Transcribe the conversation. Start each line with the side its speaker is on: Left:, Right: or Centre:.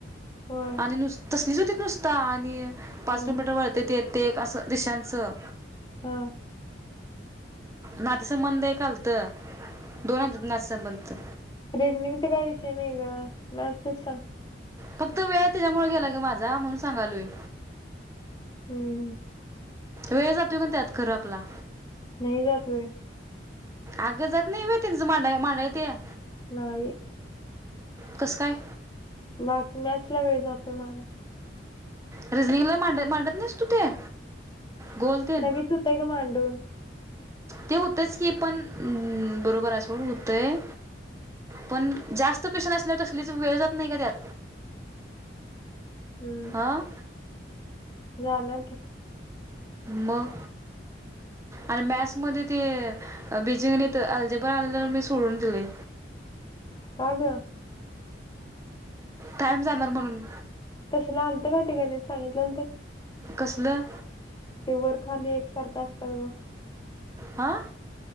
Left: होय
Right: आणि नुस तसलीच होती नुसता आणि पाच
Left: हम्म
Right: किलोमीटर वळते ते-ते एक अस दृशाचं
Left: हं.
Right: नाते संंबंध ऐक आलंत, दोन आलंत नाते-संबंधचं.
Left: रेंजिंगचे काय विषय नाही गं, मॅसेज सांग
Right: फक्त वेळ त्याच्यामुळं गेला गं माझा, म्हणून सांगालोय.
Left: हम्म.
Right: वेळ जातोय पण त्यात खरं आपला.
Left: नई जात वेळ.
Right: अगं जात नई व्हय त्यांचं मांडाय-मांडाया त्या.
Left: नाई.
Right: <inaudible> कसं काय?
Left: बाकी मॅच लावली जाते माला.
Right: रीजनिंगला मांडा- मांडत नसतो त्या, गोल ते
Left: लगेच होतय गं मांडून.
Right: ते होतच की, पण बरोबर असं होतय. पण जास्त स्पेशल असल्यावर, तसलीच वेळ जात नही का त्यात?
Left: ह्म.
Right: अं
Left: जाणार का?
Right: मं. अनं मॅक्स मध्ये ते बीजिंग अणि ते अल्जेर पण आलेला मी सोडून दिले.
Left: का गं?
Right: टाईम जाणार म्हणून.
Left: तसंल आलंत का ते गणित सांगितलं न ते.
Right: कसलं?
Left: ते वर खाली एकसारखं असतात गं.
Right: आं.